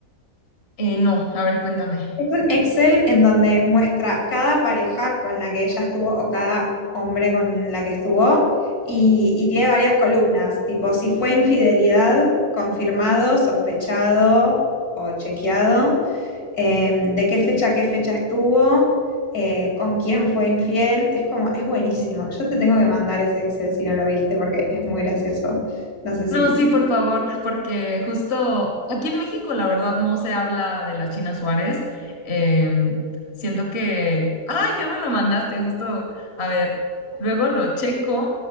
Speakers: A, on the left; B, on the left.
A: Eh, no, a ver, cuéntame.
B: es un Excel en donde muestra cada pareja con la que ella estuvo o cada hombre con la que estuvo y, y tiene varias columnas, tipo si fue infidelidad, confirmado, sospechado o chequeado, eh, de qué fecha a qué fecha estuvo, eh, con quién fue infiel. Es como, es buenísimo. Yo te tengo que mandar ese Excel si no lo viste porque es muy gracioso. No sé si
A: No,
B: te...
A: sí, por favor, porque justo aquí en México, la verdad, no se habla de la China Suárez. Em, siento que, ay, ya me lo mandaste, justo, a ver, luego lo checo,